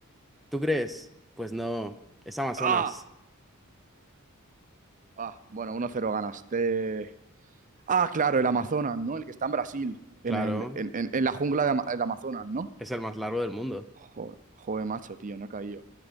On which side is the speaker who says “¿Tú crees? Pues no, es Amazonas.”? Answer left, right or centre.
Centre